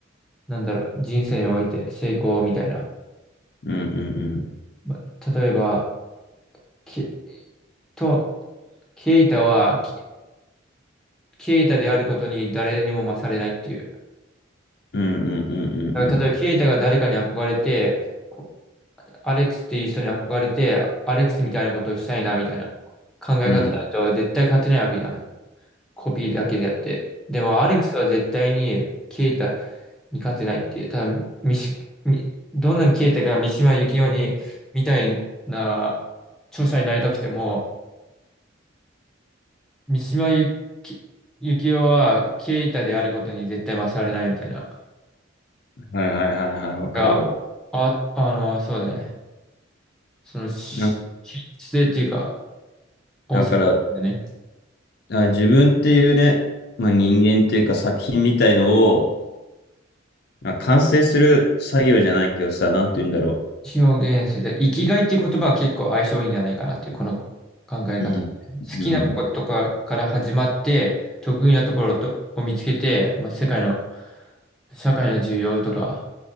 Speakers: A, in the centre; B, on the left.
A: なんだろう、人生において成功みたいな。
B: うんうん
A: まあ例えば、け、と、ケイタは、ケケイタであることに誰にも勝れないっていう。
B: うん。うんうんうん
A: だから例えば、ケイタが誰かに憧れて、こアレックスっていう人に憧れて、アレックスみたいなことをしたいな、みたいな考え方だと絶対勝てないわけじゃん。
B: うんうん。
A: コピーだけでやって。でも、アレックスは絶対に、
B: うん。
A: ケイタに勝てないっていう、ただ、ミシ、ミどんなにケイタが三島由紀夫に、みたいな、著者になりたくても、三島由紀由紀夫は、ケイタであることに絶対勝られないみたいな。
B: はいはいはいはい、わかるわ。
A: が、あ、あの、そうだね。その、し、
B: なんか、
A: し質っていうか、おせ、
B: だから、
A: でね。
B: あ、自分っていうね、まあ、人間っていうか作品みたいのを、まあ、完成する作業じゃないけどさ、なんて言うんだろ
A: 表現する。生きがいっていう言葉は結構相性いいんじゃないかなっていう、この考え方。
B: う。うん。
A: 好きなことかから始まって、
B: うん。
A: 得意なところとを見つけて、まあ、世界の、社会の需要とか、